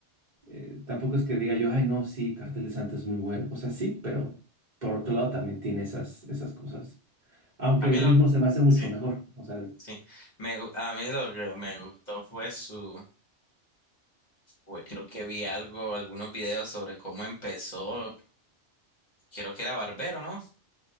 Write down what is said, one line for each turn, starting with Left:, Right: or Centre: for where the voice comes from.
Right: eh, tampoco es que diga yo, ay, no, sí, Cartel de Santa es muy bueno. O sea, sí, pero por otro lado también tiene esas, esas cosas. Aunque
Left: A
Right: el
Left: mí
Right: ritmo
Left: lo,
Right: se me hace mucho
Left: sí,
Right: mejor. O sea,
Left: sí. Me, gu- a mí lo que me gustó fue su, fue- creo que vi algo, algunos videos sobre cómo empezó. Creo que era barbero, ¿no?